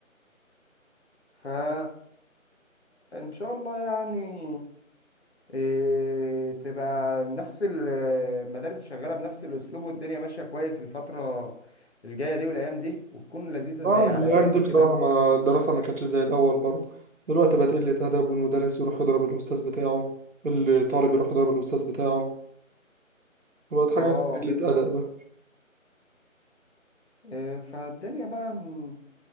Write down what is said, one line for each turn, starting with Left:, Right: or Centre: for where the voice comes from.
Left: فان شاء الله يعني إيه تبقى نفس ال- المدارس شغاله بنفس الاسلوب والدنيا ماشيه كويس الفتره الجايه دي والايام دي وتكون لذيذه
Right: اه
Left: زي
Right: الأيام
Left: على ايامنا
Right: دي بصراحة
Left: كده
Right: ما الدراسة ما كانتش زي الأول برضه دلوقتي بقت قلة أدب والمدرس يروح يضرب الأستاذ بتاعه الطالب يروح يضرب الأستاذ بتاعه وبقت حاجة
Left: اه
Right: قلة أدب بقى
Left: إيه فالدنيا بقى م-